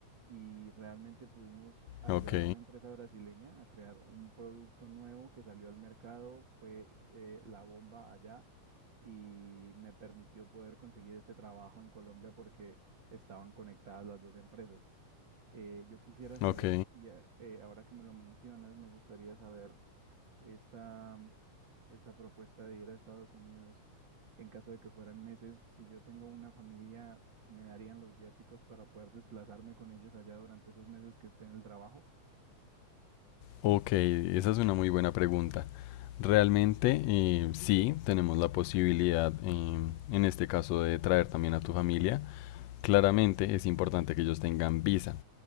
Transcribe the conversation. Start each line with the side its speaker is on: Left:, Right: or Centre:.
Right: y realmente pudimos ayudar
Left: ok,
Right: a una empresa brasileña a crear un producto nuevo que salió al mercado, fue eh, la bomba allá y me permitió poder conseguir este trabajo en Colombia porque estaban conectadas las dos empresas. Eh, yo quisiera saber,
Left: ok.
Right: ya, eh, ahora que me lo mencionas, me gustaría saber esta, esta propuesta de ir a Estados Unidos en caso de que fueran meses. Si yo tengo una familia, ¿me darían los viáticos para poder desplazarme con ellos allá durante esos meses que esté en el trabajo?
Left: Ok, esa es una muy buena pregunta. Realmente eh, sí, tenemos la posibilidad eh, en este caso de traer también a tu familia. Claramente es importante que ellos tengan visa.